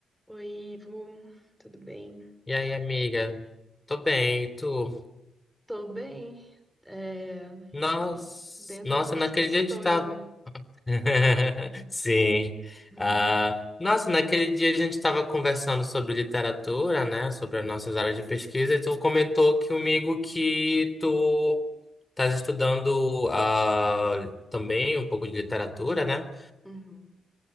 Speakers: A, in the centre; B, on the left.
A: Oi, Ivo, tudo bem?
B: E aí, amiga? Tô bem, e tu?
A: Tô bem, é,
B: Nossa,
A: dentro
B: nossa,
A: das
B: naquele
A: questões,
B: dia a gente tava.
A: né? <laughs>
B: <laughs> Sim.
A: Uhum.
B: Ah, nossa, naquele dia a gente tava conversando sobre literatura, né? Sobre as nossas áreas de pesquisa, e tu comentou que comigo que tu estás estudando ah, também um pouco de literatura, né?
A: Uhum.